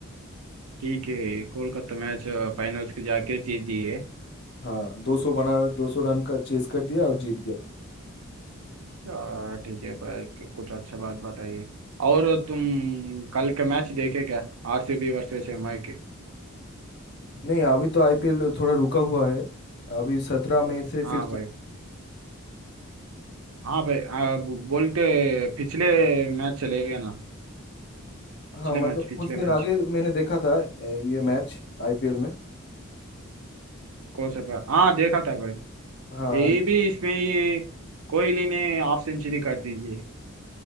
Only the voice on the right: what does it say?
ठीक है कोलकाता मैच फाइनल्स के जाके जीत दिए
आ, ठीक है भाई कुछ अच्छा बात बताइए और तुम कल का मैच देखे क्या आरसीबी वर्सेस एमआई के
हाँ
भाई हाँ भाई आ, ब- बोलते पिछले मैच चले गए ना पिछले
मैच पिछले
मैच
कोसपर हाँ देखा था भाई
यही भी इसमें ये कोहली ने हाफ सेंचुरी कर दीजिए